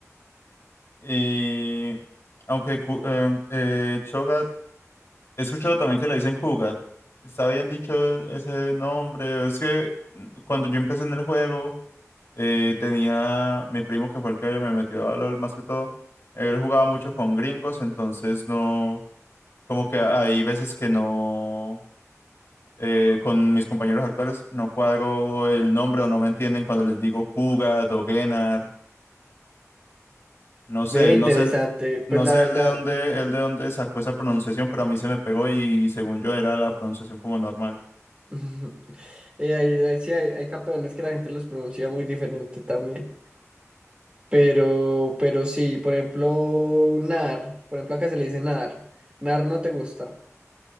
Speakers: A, on the left; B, on the right.
A: Y aunque Ku- eh, eh, Cho'Gath, he escuchado también que le dicen Kugat. ¿Está bien dicho ese nombre? Es que mm, cuando yo empecé en el juego, eh, tenía mi primo que fue el que me metió a LOL más que todo. Él jugaba mucho con gringos, entonces no, como que hay veces que no, eh, con mis compañeros actuales no cuadro el nombre o no me entienden cuando les digo Kugat o Gennar. No sé,
B: Ve, interesante.
A: no sé,
B: Pues
A: no
B: la
A: sé
B: verdad.
A: el de dónde, el de dónde sacó esa pronunciación, pero a mí se me pegó y según yo era la pronunciación como normal.
B: <laughs> Ujú. Eh, hay, hay- sí, hay, hay campeones que la gente los pronuncia muy diferente también. Pero, pero sí, por ejemplo, Nar. Por ejemplo, acá se le dice Nar. Nar no te gusta.